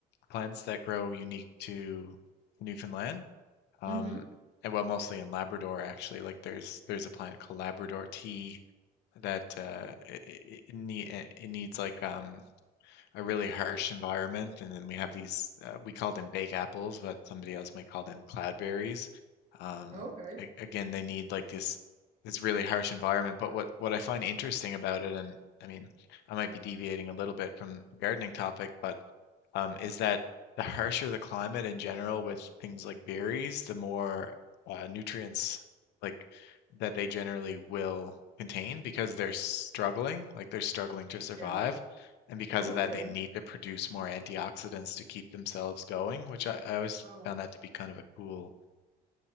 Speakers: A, on the left; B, on the right.
A: plants that grow unique to Newfoundland. Um,
B: hmm
A: and well, mostly in Labrador actually. Like there's there's a plant called Labrador tea that uh, it, it, it nee- it needs like um, a really harsh environment. And then we have these uh, we call them bake apples, but somebody else might call them cloudberries. Um,
B: Okay.
A: a- again, they need like this this really harsh environment. But what what I find interesting about it, and I mean, I might be deviating a little bit from the gardening topic, but um, is that the harsher the climate in general with things like berries, the more uh, nutrients like that they generally will contain because they're struggling, like they're struggling to survive.
B: Yeah.
A: And because
B: Okay.
A: of that, they need to produce more antioxidants to keep themselves going, which I, I always
B: Wow.
A: found that to be kind of a cool.